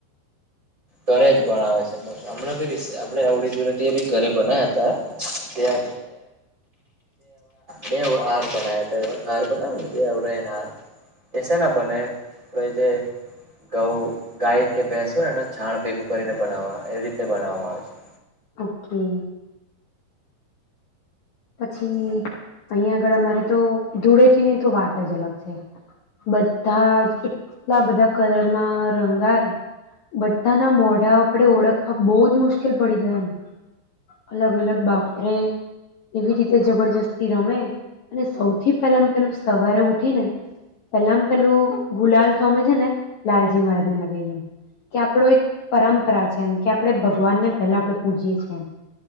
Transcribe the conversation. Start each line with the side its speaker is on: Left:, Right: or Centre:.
Right: ઘરે જ પણ આવે છે હમણાં બી આપણે આવડી ધુલટીએ બી ઘરે <unintelligible> હતા <unintelligible> <unintelligible> બેવ. હાર બનાવ હતા એ હાર બનાવે ને આવડેને હાર કે છે, ના બને આપ જે ઘઉ ગાય કે ભેંસો નેને. છાણ ભેગું કરીને બનાવવા એવી રીતે. તે બનાવવામાં આવેશે.
Left: ઓકે. પછી. અહીં આગળ અમારે તો ધૂળેથીની તો વાત જ અલગ છે, બધા જ એટલા બધા કલરમાં રંગાય બધાના મોઢા આપડે ઓળખવા બહ જ મુશ્કેલ પડી જાય એમ અલગ અલગ બાપરે. એવી રીતે જબરજસ્તી રમે અને સૌથી પહેલામ પેલું સવારે ઉઠી ને પહેલામ પેલું ગુલાલ તો અમે છે, ને લાલજી મહારાજ ને લગાવએ કે આપડ એક પરંપરા છે એમ કે આપણેે ભગવાનને પેલા આપણે પૂજીએ છી